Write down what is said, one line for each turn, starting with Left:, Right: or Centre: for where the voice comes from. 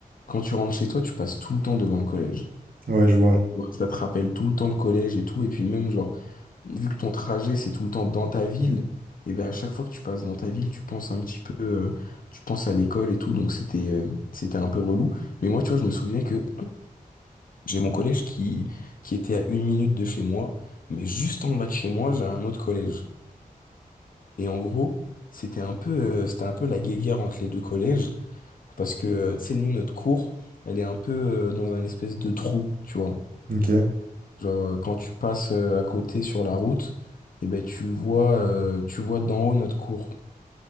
Left: quand tu rentres chez toi, tu passes tout le temps devant le collège.
Right: Ouais, je vois.
Left: Ouais, Ça te rappelle tout le temps le collège et tout. Et puis même, genre, vu que ton trajet c'est tout le temps dans ta ville, et ben à chaque fois que tu passes dans ta ville, tu penses un petit peu, euh, tu penses à l'école et tout, donc c'était euh, c'était un peu relou. Mais moi, tu vois, je me souviens que j'ai mon collège qui qui était à une minute de chez moi, mais juste en bas de chez moi, j'ai un autre collège. Et en gros, c'était un peu euh, c'était un peu la guéguerre entre les deux collèges parce que euh, tu sais nous notre cour, elle est un peu euh, dans un espèce de trou, tu vois.
Right: Ok.
Left: Genre, euh, quand tu passes euh, à côté sur la route, et ben, tu vois, euh, tu vois d'en haut notre cour.